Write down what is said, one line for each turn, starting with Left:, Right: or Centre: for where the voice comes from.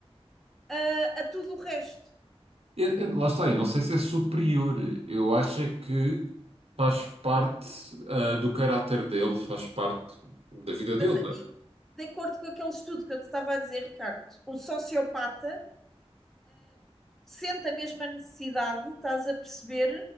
Centre: a, a tudo o resto.
Right: Eu- eu- lá está, eu não sei se é superior. Eu acho é que faz parte, ah, do caráter dele, faz parte da vida
Centre: Mas
Right: dele.
Centre: e de acordo com aquele estudo que eu te estava a dizer, Ricardo, o sociopata sente a mesma necessidade, estás a perceber,